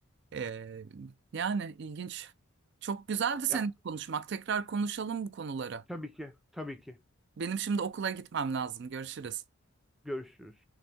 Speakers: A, on the right; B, in the centre.
A: Ee, yani ilginç. Çok güzeldi seninle
B: Ya
A: konuşmak. Tekrar konuşalım bu konuları.
B: tabii ki, tabii ki
A: Benim şimdi okula gitmem lazım. Görüşürüz.
B: görüşürüz.